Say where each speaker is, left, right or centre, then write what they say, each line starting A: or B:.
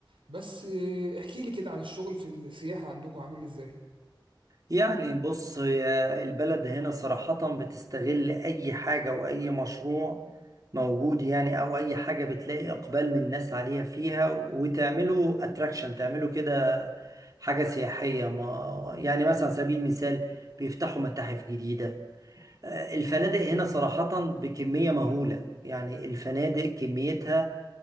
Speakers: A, on the right; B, on the right.
A: بس آه، احكي لي كده عن الشغل في السياحة عندكم عامل ازاي
B: يعني بص هي البلد هنا صراحة بتستغل اي حاجة واي مشروع موجود يعني او اي حاجة بتلاقي اقبال من الناس عليها فيها وتعمله اتراكشن تعمله كده حاجة سياحية ما يعني مثلا على سبيل المثال بيفتحوا متاحف جديدة آه، الفنادق هنا صراحة بكمية مهولة يعني الفنادق كميتها